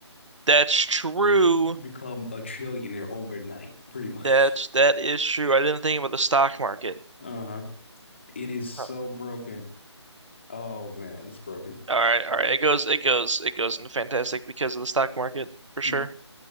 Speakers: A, on the right; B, on the left.
A: that's true.
B: you become a trillionaire overnight, pretty much.
A: That's
B: <laughs>
A: that is true. I didn't think about the stock market.
B: Uh-huh. It is so
A: Huh.
B: broken. Oh man, it's broken.
A: All right, all right. It goes it goes it goes into fantastic because of the stock market for sure.
B: Mm.